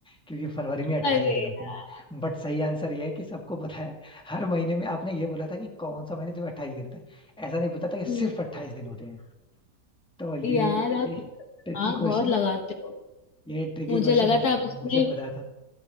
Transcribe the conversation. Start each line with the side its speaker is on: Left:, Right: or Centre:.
Centre: क्योंकि फरवरी में अट्ठाईस
Left: अरे
Centre: दिन होते
Left: यार
Centre: हैं बट सही आंसर ये है कि सबको पता है हर महीने में आपने ये बोला था कि कौन सा महीने जो अट्ठाईस दिन होता है ऐसा नहीं पता था कि
Left: हम्म,
Centre: सिर्फ अट्ठाईस दिन होते तो ये
Left: यार आप
Centre: ये
Left: दिमाग
Centre: ट्रिकी क्वेश्चन
Left: बहुत लगाते हो
Centre: ये ट्रिकी
Left: मुझे
Centre: क्वेश्चन
Left: लगा
Centre: मुझसे
Left: था आप
Centre: नहीं
Left: इसमें
Centre: मुझे पता था